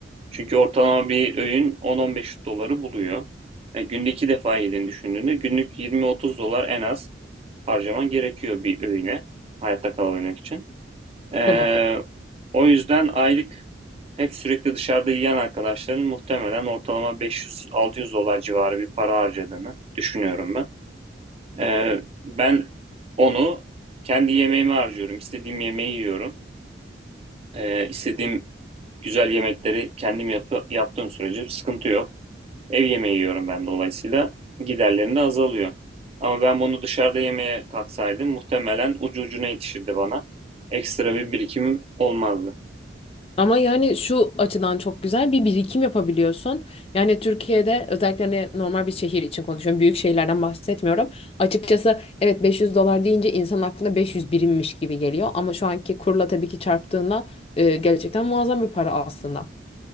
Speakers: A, on the right; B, on the left.
A: Çünkü ortalama bir öğün 10-15 doları buluyor. E, günde iki defa yediğini düşündüğünde günlük 20-30 dolar en az harcaman gerekiyor bir öğüne hayatta kalabilmek için. Eee,
B: Tabii.
A: o yüzden aylık hep sürekli dışarıda yiyen arkadaşların muhtemelen ortalama 500-600 dolar civarı bir para harcadığını düşünüyorum ben. Eee, ben onu kendi yemeğime harcıyorum. İstediğim yemeği yiyorum. Eee istediğim güzel yemekleri kendim yapı- yaptığım sürece sıkıntı yok. Ev yemeği yiyorum ben dolayısıyla giderlerim de azalıyor. Ama ben bunu dışarıda yemeye kalksaydım muhtemelen ucu ucuna yetişirdi bana. Ekstra bir birikimim olmazdı.
B: Ama yani şu açıdan çok güzel bir birikim yapabiliyorsun. Yani Türkiye'de özellikle hani normal bir şehir için konuşuyorum. Büyük şehirlerden bahsetmiyorum. Açıkçası evet 500 dolar deyince insan aklına 500 birimmiş gibi geliyor. Ama şu anki kurla tabii ki çarptığında e, gerçekten muazzam bir para aslında.